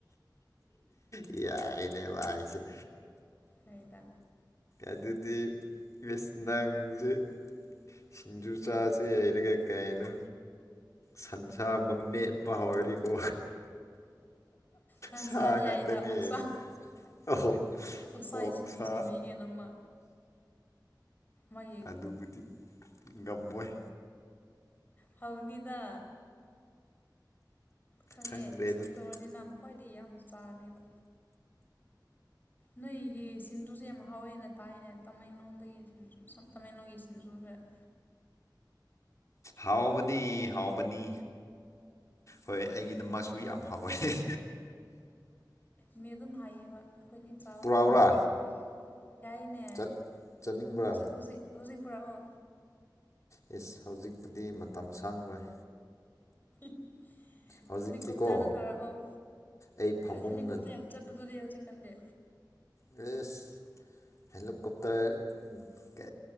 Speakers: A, on the left; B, on the left.
A: ꯌꯥꯏꯅꯦ ꯃꯥꯥꯏꯁꯦ
B: ꯍꯥꯏꯗ
A: ꯑꯗꯨꯗꯤ ꯦꯁ ꯅꯪꯁꯦ ꯁꯤꯡꯖꯨ ꯆꯥꯁꯦ ꯍꯩꯔꯒ ꯀꯩꯅꯣ ꯁꯟꯁꯥ ꯃꯃꯦꯠ ꯄꯍꯔꯦꯗꯤ ꯀꯣ
B: ꯁꯟꯁꯥꯗꯤ
A: ꯁꯥꯒꯥꯛꯇ
B: ꯌꯥꯏꯗ
A: ꯅꯔ
B: ꯑꯣꯛꯁꯥ
A: ꯑꯣꯛꯁꯥ
B: ꯑꯣꯛꯁꯥꯒꯤ ꯁꯤꯡꯖꯨ ꯁꯦꯝꯕꯤꯒꯦ ꯅꯪꯃ ꯃꯥꯒꯤ
A: ꯑꯗꯨꯕꯨꯗꯤ ꯉꯝꯃꯣꯏ
B: ꯍꯧꯥꯎꯅꯤꯗ ꯈꯪꯉꯦ
A: ꯈꯪꯗ꯭ꯔꯦ
B: ꯁꯦꯝꯗꯣꯛꯎꯑꯗꯤ
A: ꯑꯗꯨꯗꯤ
B: ꯅꯍꯥꯟ ꯈ꯭ꯋꯥꯏꯗꯒꯤꯩ ꯌꯥꯝ ꯆꯥꯔꯅꯦꯕ ꯅꯣꯏꯒꯤ ꯟꯖꯨꯁꯦ ꯌꯥꯝ ꯍꯥꯎꯋꯦꯅ ꯇꯥꯏꯅꯦ ꯇꯃꯦꯡꯂꯣꯡꯗꯒꯤ ꯇꯃꯦꯡꯂꯣꯡꯒꯤ ꯟꯖꯨꯗ <inaudible>
A: ꯍꯥꯎꯕꯅꯤ ꯍꯥꯎꯕꯅꯤ
B: ꯑꯣ
A: ꯍꯣꯏ ꯑꯩꯒꯤꯗ ꯃꯁꯨ ꯌꯥꯝ ꯍꯥꯎꯋ ꯍꯣꯏ
B: ꯃꯤ ꯑꯗꯨꯝ ꯍꯥꯏꯌꯦꯕ ꯑꯩꯈꯣꯏꯗꯤ ꯆꯥꯕ
A: ꯄꯨꯔꯥꯎꯔꯥ
B: ꯐꯪꯗ꯭ꯔꯤ ꯌꯥꯏꯅꯦ
A: ꯆꯠ ꯆꯠꯅꯤꯡꯕ꯭ꯔꯥ
B: ꯍꯧꯖꯤꯛ ꯍꯧꯖꯤꯛ ꯄꯨꯥ ꯑꯣ
A: ꯌꯦꯁ ꯍꯧꯖꯤꯛꯄꯨꯗꯤ ꯃꯇꯝ ꯁꯥꯡꯉꯣꯏ
B: <inaudible>
A: ꯍꯧꯖꯤꯛꯇꯤꯀꯣ
B: ꯍꯦꯂꯤꯀꯣꯞꯇꯔꯗ ꯊꯥꯔꯛꯑꯣ
A: ꯑꯩ ꯐꯃꯨꯡꯅ
B: ꯍꯦꯂꯤꯀꯣꯞꯇꯔ ꯌꯥꯝ ꯆꯠꯄꯗꯨꯗꯤ ꯆ ꯀꯗꯦ
A: ꯦꯁ ꯍꯦꯂꯤꯀꯣꯞꯇꯔ ꯀ